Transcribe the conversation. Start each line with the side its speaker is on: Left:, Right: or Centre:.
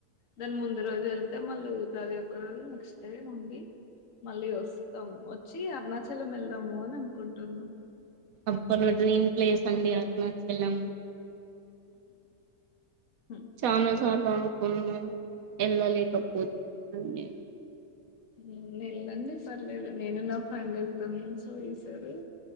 Left: దాని ముందు రోజు వెళ్తే మళ్ళ ఉగది ఒక రోజు నెక్స్ట్ డే ఉండి మళ్ళీ వస్తాము. వచ్చి అరుణాచలం వెళ్దాము అని అనుకుంటున్నాం.
Right: అబ్బా నా డ్రీమ్ ప్లేస్ అండి అరుణాచలం.
Left: వో
Right: చానా సార్లు అను. కున్న. వెళ్ళలేకపోతున్నాను నేను.
Left: ఉమ్ వెళ్ళండి పర్లేదు. నేను నా ఫ్రెండ్ వెళ్తున్నాను. సో ఈ సారీ